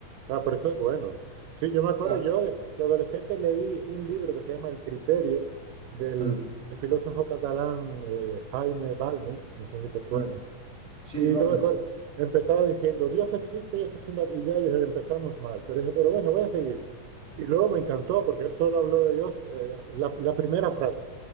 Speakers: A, on the right (about 80°); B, in the centre.
A: Ah, pero eso es bueno. Sí, yo me acuerdo,
B: Ah,
A: yo de, de adolescente leí un libro que se llama El criterio del
B: mm,
A: el filósofo catalán eh, Jaime Balmes, no sé si te suena,
B: mm. Sí,
A: y
B: Balmes.
A: yo me acuerdo, empezaba diciendo, Dios existe y esto es inva-". y ya yo- empezamos mal, pero dije, pero bueno, voy a seguir. Y luego me encantó porque él solo habló de Dios eh, la, la primera frase,